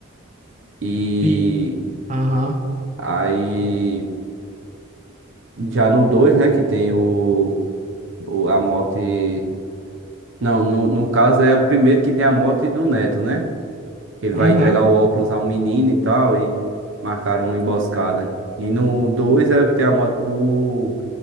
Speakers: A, on the right; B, on the right.
A: E
B: E. Aham,
A: aí, já no 2 né, que tem o, o- a morte. Não, no, no caso é o primeiro que tem a morte do Neto, né? Ele
B: aham.
A: vai entregar o óculos ao menino e tal, e marcaram uma emboscada. E no 2 é o que tem a morte do,